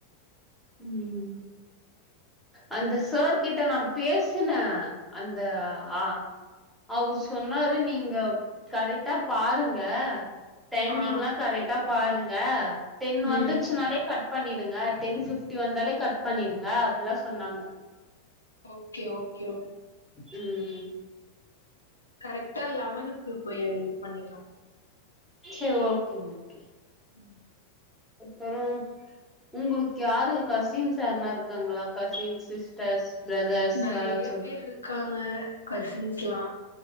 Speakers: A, in the centre; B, on the left.
A: ம் அந்த சார் கிட்ட நா பேசுன அந்த ஆ அவரு சொன்னாரு நீங்க கரெக்டா பாருங்க டைமிங்
B: ஆ
A: எல்லா கரெக்டா பாருங்க டென்
B: ம்
A: வந்துச்சுனாலே கட் பண்ணிடுங்க டென் பிப்டி வந்தாலே கட் பண்ணிடுங்க அப்டி எல்லா சொன்னாங்க
B: ஓகே ஓகே ஓ
A: ம்
B: கரெக்ட்டா லெவனுக்கு போயி இது பண்ணிடலா
A: சேரி ஓகே ஓகே
B: ம்
A: அப்புறோ உங்களுக்கு யாரு கசின்ஸ் யாருனா இருக்காங்களா கசின் சிஸ்டர்ஸ் பிதர்ஸ்
B: நெறைய
A: யார்ராச்சு
B: பேர் இருக்காங்க கசின்ஸ் எல்லா